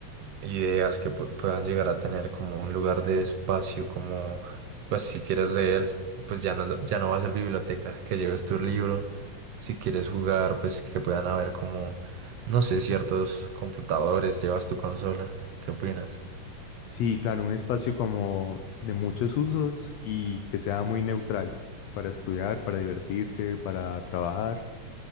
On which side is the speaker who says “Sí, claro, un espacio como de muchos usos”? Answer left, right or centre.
Left